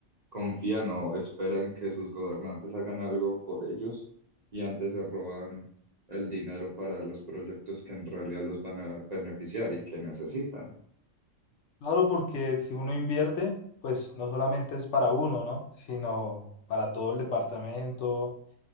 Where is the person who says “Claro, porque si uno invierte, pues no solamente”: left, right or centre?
Left